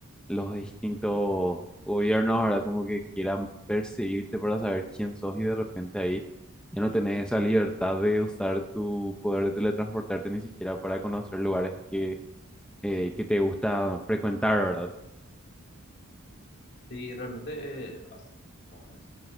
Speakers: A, in the centre; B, on the left (about 50°).
A: los distintos gobiernos ahora como que quieran perseguirte para saber quién sos y de repente ahí ya no tenés esa libertad de usar tu poder de teletransportarte ni siquiera para conocer lugares que, eh, que te gusta frecuentar, ¿verdad?
B: Sí, realmente eh, así no es.